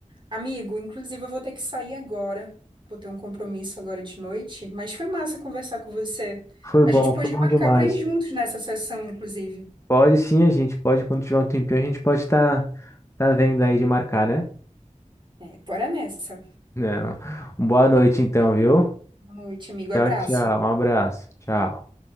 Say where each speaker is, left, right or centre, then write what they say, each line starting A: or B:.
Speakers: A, on the right; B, on the left.
A: Amigo, inclusive eu vou ter que sair agora. Vou ter um compromisso agora de noite, mas foi massa conversar com você.
B: Foi
A: A
B: bom,
A: gente podia
B: foi bom
A: marcar
B: demais.
A: para ir juntos nessa sessão, inclusive.
B: Pode sim, a gente pode, quando tiver um tempinho, a gente pode estar tá, tá vendo aí de marcar, né?
A: É, bora nessa.
B: Não. Boa noite então, viu?
A: Boa noite, amigo.
B: Tchau,
A: Abraço.
B: tchau. Um abraço. Tchau.